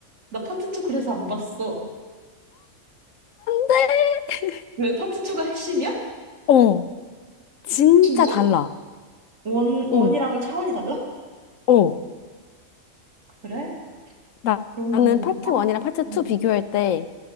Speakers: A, on the right; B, on the left.
A: 나 파트 2 그래서 안 봤어.
B: 돼! <laughs>
A: 왜 파트 2가 핵심이야?
B: 어, 진짜
A: 진짜?
B: 달라.
A: 원, 원이랑
B: 응
A: 차원이 달라?
B: 어,
A: 그래?
B: 나,
A: 그러면은,
B: 나는 파트
A: 아,
B: 1이랑 파트 2
A: 음,
B: 비교할 때,